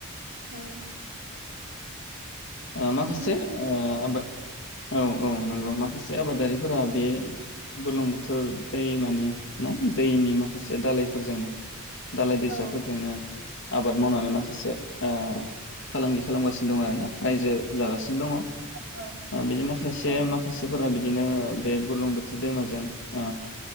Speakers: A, on the right; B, on the left.
A: औ
B: ओ माखासे
A: बिदिनो
B: ओ आबाद औ औ नंगौ माखासे आबादारिफोरा बे बुरलुंबुथुर दैमानि ना दैनि माखासे दालायफोरजोंनो दालाय दैसाफोरजोंनो
A: औ
B: आबाद मावनानै माखासे ओ फालांगि खालामगासिनो दं आरो ना । रायजो जागासि दंङ
A: औ
B: ओ बिदिनो खायसे
A: औ
B: माखासेफोरा बि बिदिनो बे बुरलुंबुथुर दैमाजों ओ